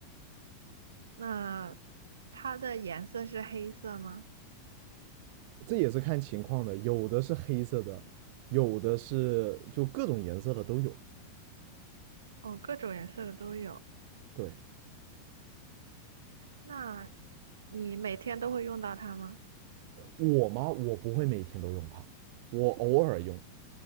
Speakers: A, on the right (about 65°); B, on the right (about 45°).
A: 那它的颜色是黑色吗？
B: 这也是看情况的，有的是黑色的，有的是就各种颜色的都有。
A: 哦，各种颜色的都有。
B: 对
A: 那你每天都会用到它吗？
B: 我吗？我不会每天都用它，我偶尔用，